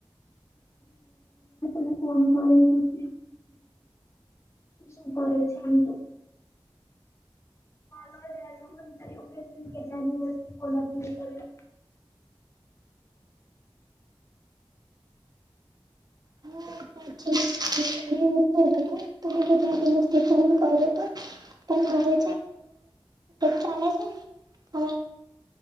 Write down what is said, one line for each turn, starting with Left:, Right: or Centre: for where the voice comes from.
Left: ને ફોન કરીને પૂછ શું કરે છે તોું <inaudible> વાયો ત કેટલા દિવસથી કોનાથી કરી <inaudible>
Right: હા સાી <inaudible> તમે કેટલાક દિવસથી ફોન કર્યો તો <inaudible> પણ મા છે ચા છે <inaudible>